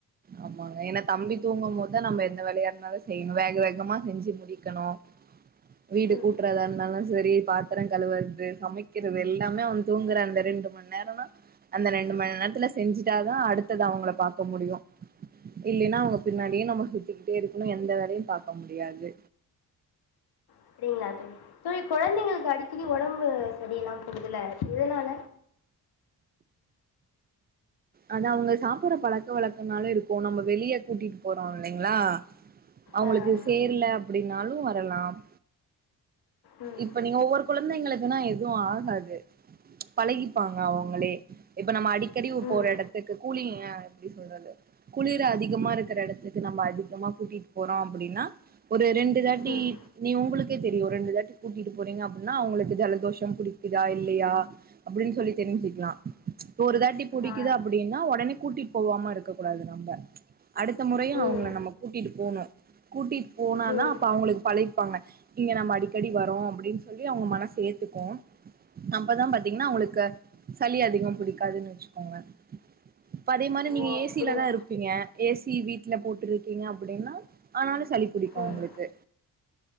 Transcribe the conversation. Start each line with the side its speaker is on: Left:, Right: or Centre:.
Right: ஆமாங்க ஏனா தம்பி தூங்கும் போதுதா நம்ம எந்த வேலயா இருந்தாலு செய்யணு வேக வேகமா செஞ்சி முடிக்கணு வீடு
Left: ம்
Right: கூட்றதா இருந்தாலு சரி பாத்ரோ கழுவறது சமைக்கிறது எல்லாமே அவே தூங்கற அந்த ரெண்டு மண் நேரந்தா அந்த ரெண்டு மணி நேரத்தில செஞ்சிட்டா தா அடுத்தது அவங்கள பாக்க முடியு இல்லேனா அவங்க பின்னாடியே நம்ம சுத்திக்கிட்டே இருக்கணு எந்த வேலயு பாக்க முடியாது
Left: அப்டிங்ளா தோழி தோழி கொழந்தைங்களுக்கு அடிக்கடி ஒடம்பு சரியில்லாம போகுதுல எதனால
Right: அது அவங்க சாப்பிட்ற பழக்க வழக்கோனால இருக்கு நம்ப வெளிய கூட்டிட்டு போறோ இல்லைங்ளா அவங்களுக்கு
Left: ஆ ஆமாம்
Right: சேரல அப்டினாலு வரலாம்
Left: ம்
Right: இப்ப நீங்க ஒவ்வொரு கொழந்தைங்களுக்னா எதுவு ஆகாது பழகிப்பாங்க அவங்ளே இப்ப நம்ம அடிக்கடி உ
Left: ம்
Right: போற எடத்துக்கு கூலிங்க எப்டி சொல்றது குளிரு அதிகமா இருக்கற எடத்துக்கு நம்ப அதிகமா கூட்டிட்டு போறோ அப்டின்னா ஒரு ரெண்டு தாட்டி
Left: ம்
Right: நீ உங்களுக்கே தெரியு ரெண்டு தாட்டி கூட்டிட்டு போறீங்க அப்டினா அவங்களுக்கு ஜலதோஷோ புடிக்குதா இல்லயா அப்டினு சொல்லி தெரிஞ்சிக்லா இப்ப ஒரு தாட்டி புடிக்குது
Left: ஆ
Right: அப்டினா ஒடனே கூட்டிட் போவாம இருக்க கூடாது நம்ம அடுத்த முறையு
Left: ம்
Right: அவங்கள நம்ம கூட்டிட்டு போனு கூட்டிட் போனாதா
Left: ம்
Right: அப்ப அவங்களுக் பழகிப்பாங்க இங்க நம்ம அடிக்கடி வரோ அப்டின் சொல்லி அவங்க மனசு ஏத்துக்கு அப்பதா பாத்தீங்னா அவங்களுக்கு சளி அதிகம் பிடிக்காதுன் வச்சிக்கொங்க இப்ப அதே மாரி நீங்க
Left: ஓ அப்படிங்க
Right: ஏசில தா இருப் பீங்க ஏசி வீட்ல போட்ருக்கீங்க அப்டினா அதனால சளி புடிக்கு அவங்களுக்கு
Left: ம்